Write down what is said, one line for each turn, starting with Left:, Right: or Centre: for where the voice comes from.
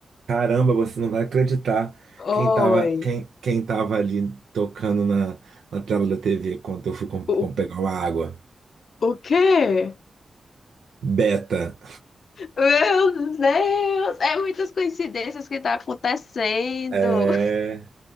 Right: Caramba, você não vai acreditar
Left: Oi.
Right: quem tava, quem, quem tava ali tocando na, na tela da TV quando eu fui com,
Left: O,
Right: com pegar uma água.
Left: o quê?
Right: Beta.
Left: Meu Deus, é muitas coincidências que tá acontecendo.
Right: É,